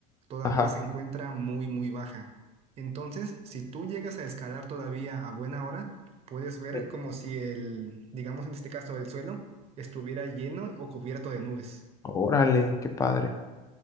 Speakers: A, on the right; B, on the left.
A: todavía
B: ajá.
A: se encuentra muy, muy baja. Entonces, si tú llegas a escalar todavía a buena hora, puedes ver
B: sí.
A: como si el, digamos en este caso, el suelo estuviera lleno o cubierto de nubes.
B: Órale, qué padre.